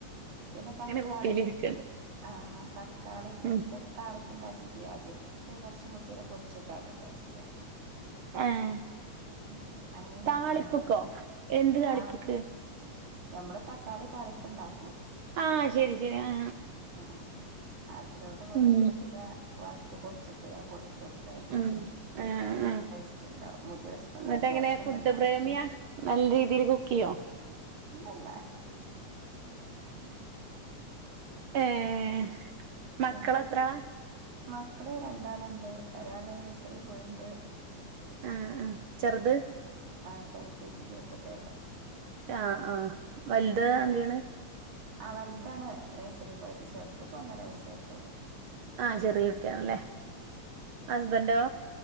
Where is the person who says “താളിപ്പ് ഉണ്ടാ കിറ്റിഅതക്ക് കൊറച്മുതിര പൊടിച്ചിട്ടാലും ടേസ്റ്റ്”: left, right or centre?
Right